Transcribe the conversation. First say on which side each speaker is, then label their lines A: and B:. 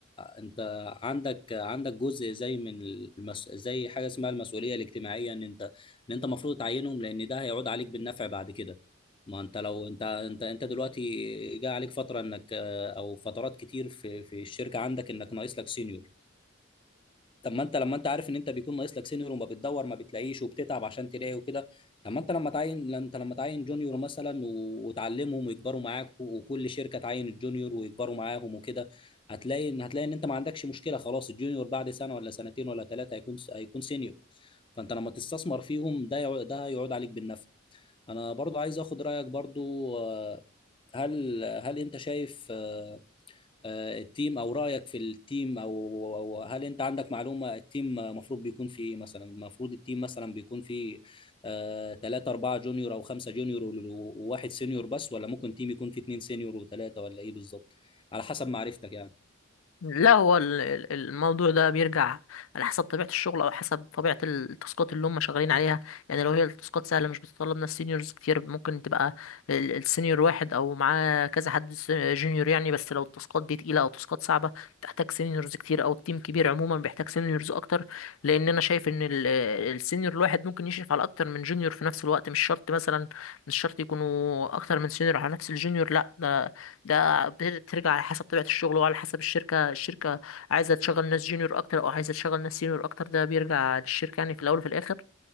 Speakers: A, on the left; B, on the left.
A: انت عندك عندك جزء زي من المس... زي حاجه اسمها المسؤوليه الاجتماعيه ان انت ان انت المفروض تعينهم لان ده هيعود عليك بالنفع بعد كده ما انت لو انت انت انت دلوقتي جاء عليك فتره انك او فترات كتير في في الشركه عندك انك ناقص لك سينيور طب ما انت لما انت عارف ان انت بيكون ناقص لك سينيور وما بتدور ما بتلاقيش وبتتعب عشان تلاقي وكده طب ما انت لما تعين لا انت لما تعين جونيور مثلا و- وتعلمهم ويكبروا معاك و- وكل شركه تعين الجونيور ويكبروا معاهم وكده هتلاقي ان هتلاقي ان انت ما عندكش مشكله خلاص الجونيور بعد سنه ولا سنتين ولا ثلاثه هيكون هيكون سينيور فانت لما تستثمر فيهم ده يع- ده هيعود عليك بالنفع انا برضو عايز اخد رايك برضو آه، هل هل انت شايف آه، آه، التيم او رايك في التيم او أو هل انت عندك معلومه التيم المفروض بيكون فيه ايه مثلا المفروض التيم مثلا بيكون فيه ثلاثة أربعة جونيور أو خمسة جونيور و- وواحد سينيور بس ولا ممكن تيم يكون فيه اتنين سينيور وثلاثة ولا ايه بالظبط على حسب معرفتك يعني
B: لا هو ال- ال- الموضوع ده بيرجع على حسب طبيعة الشغل أو حسب طبيعة التاسكات اللي هم شغالين عليها يعني لو هي التاسكات سهلة مش بتطلب ناس سينيورز كتير ممكن تبقى ال- السينيور واحد أو معاه كذا حد س- جونيور يعني بس لو التاسكات دي تقيلة أو تاسكات صعبة بتحتاج سينيورز كتير أو التيم كبير عموما بيحتاج سينيورز أكتر لأن أنا شايف إن ال- السينيور الواحد ممكن يشرف على أكتر من جونيور في نفس الوقت مش شرط مثلا مش شرط يكونوا أكتر من سينيور على نفس الجونيور لا ده بترجع على حسب طبيعة الشغل وعلى حسب الشركة الشركة عايزة تشغل ناس جونيور أكتر أو عايزة تشغل ناس سينيور أكتر ده بيرجع للشركة يعني في الأول وفي الآخر